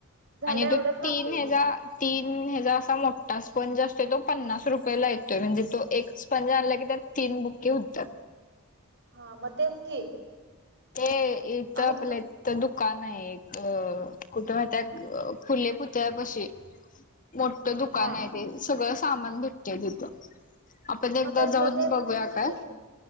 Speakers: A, on the right; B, on the left.
A: झालं
B: आणि
A: एवढंच
B: <unintelligible> न्हे
A: लागतंय की
B: जा तीन हेजा असा मोठा स्पंज असतोय, तो पन्नास रुपयेला येतोय, म्हणजे तो एक स्पंज आणलं की त्यान तीन बुक्के होतात.
A: हा म तोच की
B: हे इथं
A: आणि
B: आपलेत. तर दुकान आहे एक, अ कुठं राहत्यात फुले पुतळ्या पशी मोठ्ठ दुकान
A: हा
B: आहे ते, सगळं सामान भेटतय तिथं. आपण
A: मग
B: एकदा
A: तसलं
B: जाऊन
A: ते
B: बघूया
A: तेच
B: काय?
A: की